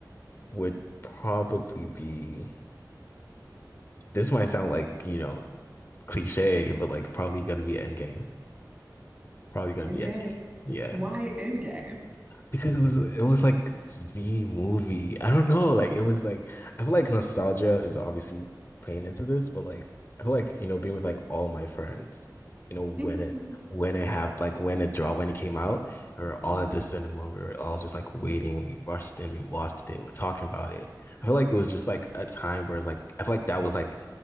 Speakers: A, on the left (about 35°); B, on the right (about 20°).
A: would probably be. This might sound like, you know, cliche, but like probably gonna be Endgame. Probably gonna
B: End
A: be Endgame.
B: game.
A: Yeah.
B: Why end game?
A: because it was it was like the movie. I don't know, like it was like I feel like nostalgia is obviously playing into this, but like I feel like you know being with like all my friends, you know
B: <laughs>
A: when it when it happened, like when it dropped, when it came out, and we were
B: hmm
A: all at the cinema. We were all just like waiting. We rushed in, we watched it, we're talking about it. I feel like it was just like a time where it's like I feel like that was like